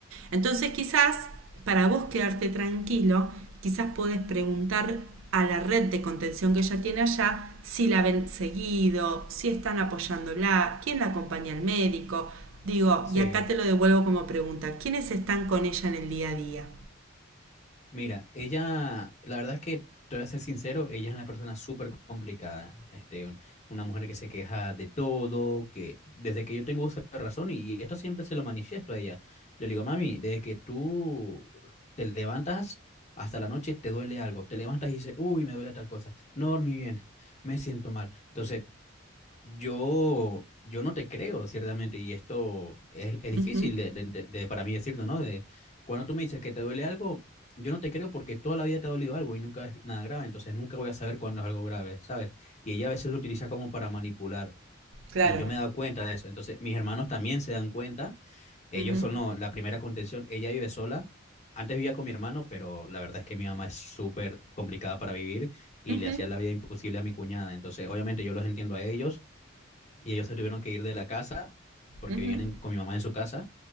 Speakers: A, on the right; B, on the left.
A: Entonces quizás para vos quedarte tranquilo, quizás podés preguntar a la red de contención que ella tiene allá si la ven seguido, si están apoyándola, quién la acompaña al médico. Digo,
B: Sí,
A: y acá te lo devuelvo como pregunta, ¿quiénes están con ella en el día a día?
B: mira, ella, la verdad es que te voy a ser sincero, ella es una persona súper complicada, este, un- una mujer que se queja de todo, que desde que yo tengo uso de razón, y, esto siempre se lo manifiesto a ella, yo le digo, mami, desde que tú te levantas hasta la noche te duele algo, te levantas y dices, uy, me duele tal cosa, no dormí bien, me siento mal, entonces Yo, yo no te creo, ciertamente, y esto es, es difícil
A: Ujú.
B: de, de ente- de- para mí decirlo, ¿no? De cuando tú me dices que te duele algo, yo no te creo porque toda la vida te ha dolido algo y nunca es nada grave, entonces nunca voy a saber cuándo es algo grave, ¿sabes? Y ella a veces lo utiliza como para manipular,
A: Claro.
B: y yo me he dado cuenta de eso, entonces mis hermanos también se dan cuenta, ellos
A: Ujú,
B: son lo- la primera contención, ella vive sola, antes vivía con mi hermano, pero la verdad es que mi mamá es súper complicada para vivir y
A: ujú,
B: le hacía la vida imposible a mi cuñada, entonces obviamente yo los entiendo a ellos y ellos se tuvieron que ir de la casa porque
A: ujú,
B: vivían en- con mi mamá en su casa